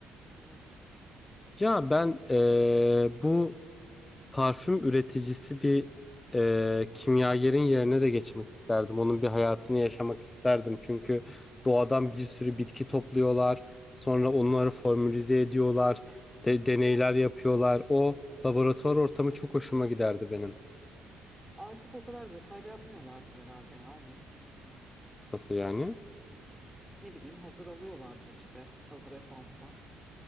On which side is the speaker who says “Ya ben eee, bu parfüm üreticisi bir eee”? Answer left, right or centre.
Left